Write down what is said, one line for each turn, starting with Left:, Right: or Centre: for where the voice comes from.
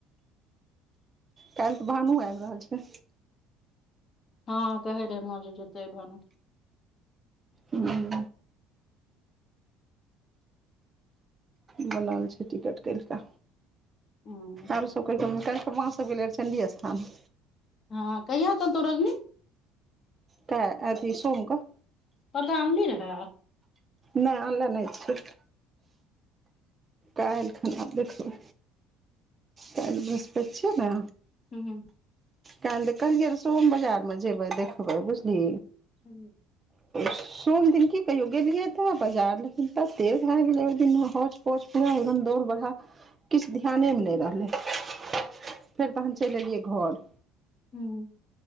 Right: काल्हि तऽ भानू आबि रहल छै
Left: हँ कहै रहै माँ जे जेतै आइ भानू
Right: हूंम्म बनल छै टिकट काल्हिका
Left: हूँ
Right: आर सब को <unintelligible> काल्हिखन माँ सब गेलै आर चण्डी स्थान
Left: हँ कहिया एतैन तो रजनी
Right: कहिया अथी सोम क
Left: परदा आनली रहै
Right: नै आनले नै छै कालखिन आब देखबै काल्हि बृहस्पति छियै न
Left: हूंम्म
Right: काल्हि द कहलिये रहै सोम बाजार मे जेबै देखबै बुझली
Left: हूंम्म
Right: सोम दिन की कहियौ गेलिए बाजार लेकिन तते भए गेले ओइ दिन होंच पोंच पूरा एकदम दौड़ बरहा किछ ध्यान मे नै रहलै फेर तहन चलि एलियै घर
Left: हूंम्म